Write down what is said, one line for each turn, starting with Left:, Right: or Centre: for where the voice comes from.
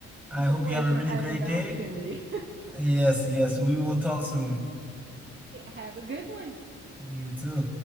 Centre: I
Right: was
Centre: hope
Right: a pleasure
Centre: you have a really
Right: having
Centre: great
Right: the
Centre: day.
Right: opportunity.
Centre: Yes, yes, we will talk soon.
Right: <laughs> Have a good one.
Centre: You too.